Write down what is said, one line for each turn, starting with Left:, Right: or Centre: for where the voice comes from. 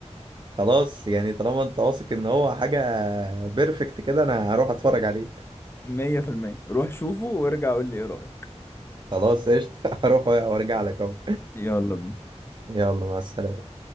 Right: خلاص يعني طالما انت واثق ان هو حاجه بيرفكت كده انا هروح اتفرج عليه
Left: 100% روح شوفه وارجع قول لي ايه رايك
Right: خلاص قشطه <laughs> هروح وارجع لك اهو
Left: يلا بينا
Right: يلا مع السلامه